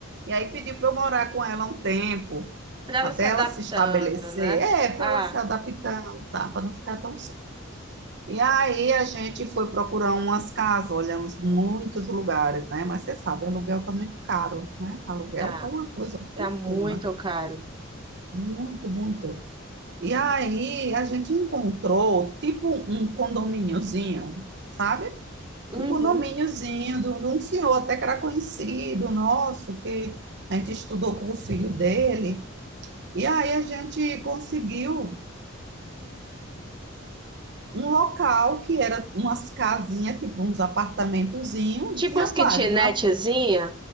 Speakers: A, on the right; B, on the right.
A: E aí pediu para eu morar com ela um tempo,
B: pra ela
A: até
B: se adaptando,
A: ela se estabelecer.
B: né?
A: É, para
B: Ah,
A: ela se adaptar, tá, para não ficar tão só. E aí a gente foi procurar umas casas, olhamos muitos lugares, né? Mas você sabe, aluguel tá muito caro, né? Aluguel
B: tá.
A: tá uma coisa, uma fortuna.
B: Tá muito caro.
A: Muito, muito. E aí a gente encontrou tipo um condomíniozinho, sabe?
B: Uhum.
A: Um condomíniozinho de um de um senhor até que era conhecido nosso, que a gente estudou com o filho dele. E aí a gente conseguiu um local que era umas casinhas, tipo uns apartamentozinhos,
B: Tipo
A: tinha
B: as kitnetzinha?
A: vários. uma-